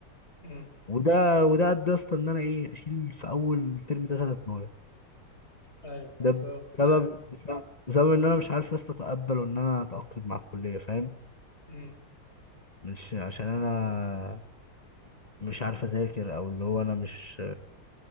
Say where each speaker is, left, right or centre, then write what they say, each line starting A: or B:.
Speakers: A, on the left (about 30°); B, on the left (about 50°).
A: امم
B: وده وده ادى يا اسطى ان انا ايه اشيل في اول ترم ده ثلاث مواد
A: ايوه فانصرف
B: ده
A: في
B: بسبب
A: ده يعني
B: بسبب بسبب ان انا مش عارف يا اسطى اتقبل وان انا اتاقلم مع الكليه فاهم
A: مم.
B: مش عشان انا مش عارف اذاكر او اللي هو انا مش